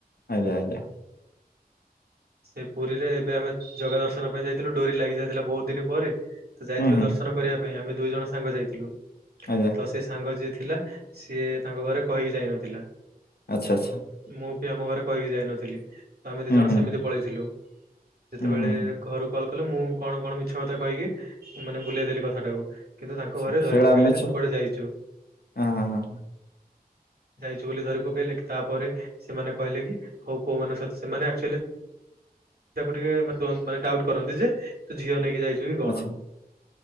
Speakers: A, on the left (about 80°); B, on the right (about 80°).
A: ଆଜ୍ଞା ଆଜ୍ଞା।
B: ସେଇ ପୁରୀରେ ଏବେ ଆମେ ଜଗା ଦର୍ଶନ ପାଇଁ ଯାଇଥିଲୁ ଡୋରି ଲାଗି ଯାଇଥିଲା ବୋହୁତ ଦିନ ପରେ। ତ ଯାଇଥିଲୁ
A: ହୁଁ ହୁଁ
B: ଦର୍ଶନ କରିବା ପାଇଁ ଆମେ ଦୁଇ ଜଣ ସାଙ୍ଗ ଯାଇଥିଲୁ।
A: ଆ ଯାହା
B: ତ ସେ ସାଙ୍ଗ ଯିଏ ଥିଲା ସିଏ ତାଙ୍କ ଘରେ କହିକି ଯାଇନଥିଲା।
A: ଆଚ୍ଛା ଆଚ୍ଛା।
B: ମୁଁ ବି ଆମ ଘରେ କହିକି ଯାଇନଥିଲି ଆମେ ଦିଇ
A: ହୁଁ
B: ଜଣ
A: ହୁଁ
B: ସେମିତି ପଳେଇଥିଲୁ। ଯେତେବେଳେ
A: ହୁଁ ହୁଁ ହୁଁ
B: ଘରୁ କଲ କଲେ ମୁଁ କଣ କଣ ମିଛ କଥା କହିକି ମାନେ ବୁଲେଇଦେଲି କଥାଟାକୁ। କିନ୍ତୁ ତାଙ୍କ
A: ସେ-
B: ଘରେ
A: ସେଇଟା
B: ଧରି ପକେଇଲେ
A: ମିଛ
B: ଯେ ତୁ କୁଆଡେ ଯାଇଚୁ।
A: ହଁ ହଁ ହଁ ହଁ।
B: ଯାଇଚୁ ବୋଲି ଧରି ପକେଇଲେ କି ତାପରେ ସେମାନେ କହିଲେ କି ହୋଉ କୋଉମାନଙ୍କ ସହିତ ସେମାନେ ଆକଚୋଲି ତାକୁ ଟିକେ ମାନେ ଦ୍ୱନ୍ ଡାଉଟ୍ କରନ୍ତି ଯେ ତୁ ଝିଅ ନେଇକି ଯାଇଚୁ କି କଣ।
A: ଆଚ୍ଛା